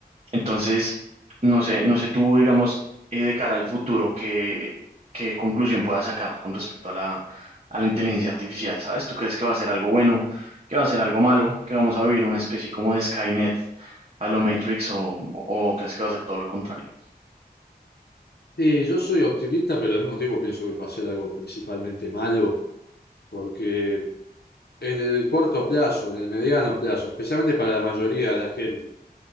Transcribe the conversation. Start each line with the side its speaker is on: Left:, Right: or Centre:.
Right: entonces, no sé, no sé tú, digamos, eh, de cara al futuro, qué, qué conclusión puedas sacar con respecto a la, a la inteligencia artificial, ¿sabes? ¿Tú crees que va a ser algo bueno, que va a ser algo malo, que vamos a vivir una especie como de Skynet a lo Matrix o, o crees que va a ser todo lo contrario?
Left: Sí, yo soy optimista, pero al mismo tiempo pienso que va a ser algo principalmente malo, porque en el corto plazo, en el mediano plazo, especialmente para la mayoría de la gente,